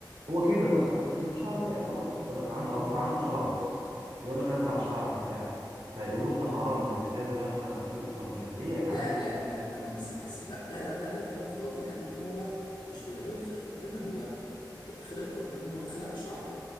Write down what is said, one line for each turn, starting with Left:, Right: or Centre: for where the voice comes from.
Right: هو كبر مثلا في السن فشعره وقع خلاص بدأ عنده أو صار عنده صلع وراثي فيقول لك أزرع شعر
Left: مم.
Right: وبتاع فيقولوا له ده حرام ده أنت كده بتغير خ- خلقة ربنا ليه يا جعان
Left: لا لا لا طب بس بحس لا ده لا ده كلام فاضي لان هو مش بيغير خلقة ربنا هو خلقة ربنا ان هو اتخلق بشعر